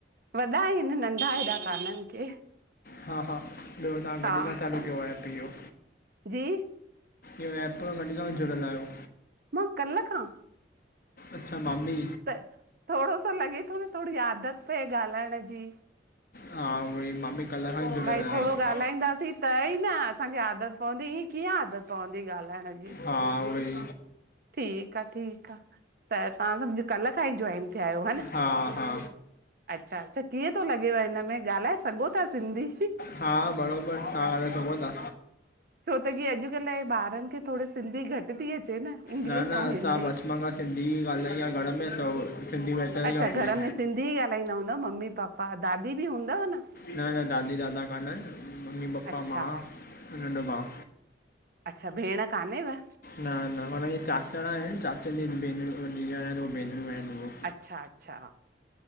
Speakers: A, on the right; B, on the left.
A: वॾा आहिन नंढा हेॾा कानन के।
B: हा हा ॿियो तव्हां कॾहिं
A: हा
B: खां चालू कयो एप इहो?
A: जी
B: इहो एप कॾहिं खां जुड़ियल आहियो?
A: मां कल्ह खां
B: अच्छा मां भी
A: त थोड़ो सो लॻे थो न थोड़ी आदत पए ॻाल्हाएण जी।
B: हा उहोई मां बि कल्ह खां ई जुड़ियल
A: भई
B: आहियां
A: थोड़ो ॻाल्हाईंदासीं त ई न असांखे आदत पवंदी ईअं कीअं आदत पवंदी ॻाल्हाइण जी?
B: हा उवइ
A: ठीक आ ठीक आ त तव्हां सम्झ कल्ह खां ई जॉइन थिया आहियो ह न।
B: हा हा
A: अच्छा अच्छा कीअं तो लॻेव हिन में ॻाल्हाए सघो ता सिंधी?
B: हा बरोबर तव्हां ॻाल्हाए सघो ता?
A: छो त की अॼकल्ह जे ॿारन खे थोड़ी सिंधी घट थी अचे न। इंग्लिश
B: न न
A: ऐं
B: असां
A: हिंदी
B: बचपन खां सिंधी ही ॻाल्हाई आए घर में त सिंधी वेतरी
A: अच्छा
B: आहे पूरी
A: घर में सिंधी ॻाल्हाईंदा हूंदव मम्मी पापा दादी बि हूंदव न?
B: न न दादी दादा कान अन मम्मी पपा
A: अच्छा
B: मां अउं नंढो भा।
A: अच्छा भेण कान्हेव?
B: न न माना इहे चाचरा आहिन चाचन जी भ धीअर भेनरूं आहिन उ
A: अच्छा अच्छा